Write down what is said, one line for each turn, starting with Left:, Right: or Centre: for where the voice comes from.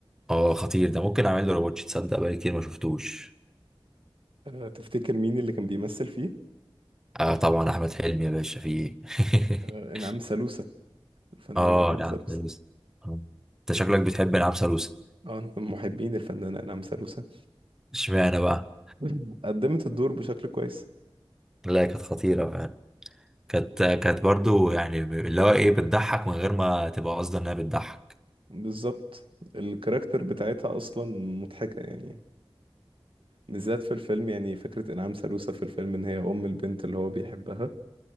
Centre: اه خطير ده ممكن اعمل له رواتش تصدق بقالي كتير ما شفتوش
Right: آه تفتكر مين اللي كان بيمثل فيه
Centre: اه طبعا احمد حلمي يا باشا في ايه
Right: آه انعام
Centre: <laughs>
Right: سالوسة الفنانة
Centre: اه
Right: انعام
Centre: نعم
Right: سالوسة
Centre: سلوسة آه. انت شكلك بتحب نعم سلوسة
Right: اه انا من محبين الفنانة انعام سالوسة
Centre: اشمعنى بقى
Right: <laughs> قدمت الدور بشكل كويس
Centre: لا كانت خطيرة فعلا كانت كانت برضو يعني اللي هو ايه بتضحك من غير ما تبقى قصدها انها بتضحك
Right: بالظبط الكاركتر بتاعتها اصلا مضحكة يعني بالذات في الفيلم يعني فكرة انعام سالوسة في الفيلم ان هي ام البنت اللي هو بيحبها